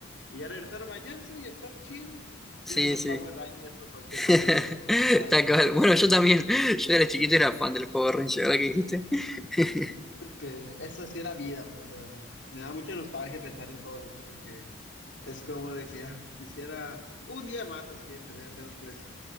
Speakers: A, on the left (about 60°); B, in the centre.
A: y ya regresar a bañarse y estar chill
B: Sí,
A: viendo los
B: sí.
A: Power Rangers o cualquier
B: <laughs>
A: cosa en la tele. Ah,
B: Tal cual. Bueno, yo también. <laughs> Yo era chiquito era fan de los Power Rangers, ¿verdad que dijiste? <laughs>
A: es que eso sí era vida, pues, ah, me da mucha nostalgia pensar en todo esto porque es como de que ah, quisiera un día más así de perdida, pero pues